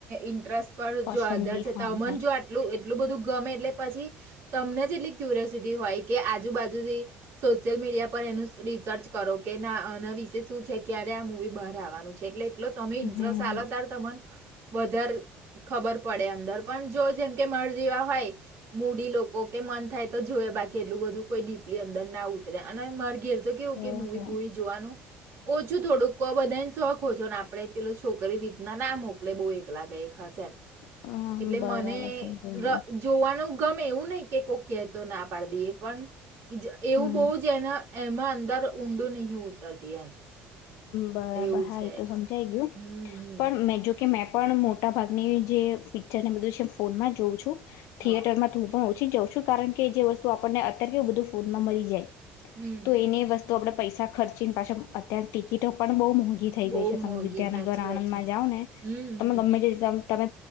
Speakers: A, on the right; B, on the left.
A: ઇન્ટરેસ્ટ પણ
B: પસંદગી
A: જો આધાર છે
B: હા
A: તોમન
B: હા
A: જો આટલું એટલું બધું ગમે એટલે પછી તમને જ એટલી ક્યુરિયોસિટી હોય કે આજુબાજુથી સોશિયલ મીડિયા પર એનું રિસર્ચ કરો કે એના વિશે શું છે ક્યારે આ બહવાનું છે એટલે એટલો તમે ઇન્ટરેસ્ટ
B: હમ
A: આાલ ત્યારે તને વધારે ખબર પડે અંદર પણ જો જેમ કે મર જેવા હોય મૂડી લોકો કે મન થાય તો જોવે બાકી એટલું બધું કોઈ ડીપલી અંદર ના ઉતરે અને મર ઘે તો કેવું
B: બરાબર
A: કે મૂવી બૂવી જોવાનું ઓછું થોડુંક તો આ બધાને શોખો છો ને આપડણે પેલો છોકરી રીતના ના મોકલે બહુ એકલાાગ ખાસશે એમ
B: હ
A: એટલે
B: બરાબર
A: મને
B: સમજાઈ ગયું
A: જોવાનું ગમે એવું નહિ કે કોઈક કહેતો ના પાડી દઈએ પણ એવું
B: હમ
A: બહુ જ એના એમાં અંદર ઊંડું નહં ઉતરતી એમ
B: બરાબર
A: એવું
B: હા
A: છે
B: એ તો સમજાઈ ગયું
A: હમ હમ
B: પણ મેં જો કે મે પણ મોટાભાગની જે પિક્ચરને બધું છે એ ફોનમાં જ જોઉં છું
A: હા
B: થિયેટર માં તું હ ઓછી જાઉં છું કારણ કે જે વસ્તુ આપણને અત્યારે બધું ફોડમાં મળી જાય
A: હમ
B: તો
A: હમ
B: એની વસ્તુ આપણેે પૈસા ખર્ચીને પાછા અત્યંત ટિકિટ આપ પણણ ગહ ંઘી થઈ
A: બહુ
B: ગઈ છે તમે
A: મોંઘી
B: વિદ્યાનગર
A: સાચી
B: આણંદ
A: વાત છે.
B: માં જાઓ ને
A: હમ
B: તમે
A: હમ
B: ગમે તે તમે